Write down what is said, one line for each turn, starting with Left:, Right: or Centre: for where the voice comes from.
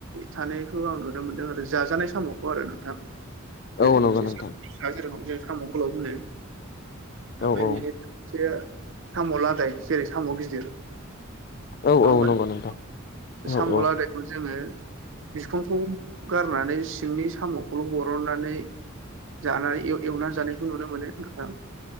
Right: थानाय खौ आं नुनो मोन्दों आरो जाजानाय समावखौ आरो नोंथां जेरैनोस
Left: औ नंगौ नोंथां
Right: सा जेरखम जों साम' गोलब होनदों ओमफ्राय
Left: औ औ
Right: बिनि से साम' लादाय जेरै साम' गिदिर
Left: औ
Right: नङा
Left: औ
Right: होमबानो
Left: नंगौ नोंथां औ
Right: साम'
Left: औ
Right: लादायखौ जोङो बिखांखौ गारनानै सिंनि साम'खौल' बरननानै जानानै एल एवनानै जानायखौ नुनो मोनो नोंथां